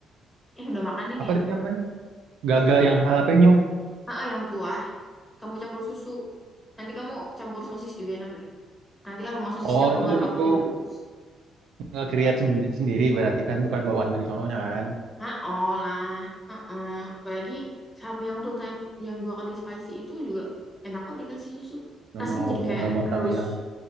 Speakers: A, in the centre; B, on the right.
A: Eh, udah makan deh
B: Apa
A: ya?
B: itu namanya? Gaga yang jalapeno.
A: Ah, yang kuah, kamu campur susu. Nanti kamu campur sosis juga enak deh. Nanti aroma sosisnya
B: Oh
A: keluar
B: itu
A: waktu
B: itu
A: direbus.
B: nge-create sendi- sendiri berarti kan bukan bawaan dari sononya kan?
A: Ah, olah. Ah, ah. Apalagi samyang tuh tan- yang dua kali spicy itu juga enak kok dikasih susu.
B: Nggak
A: Rasanya
B: mau
A: jadi kayak
B: nggak mau
A: terus
B: tapi yang